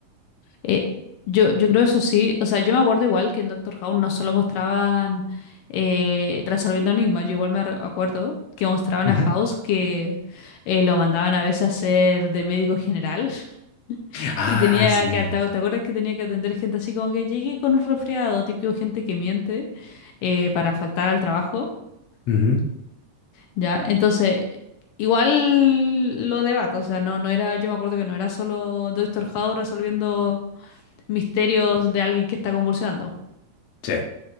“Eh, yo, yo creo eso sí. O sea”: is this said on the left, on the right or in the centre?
Left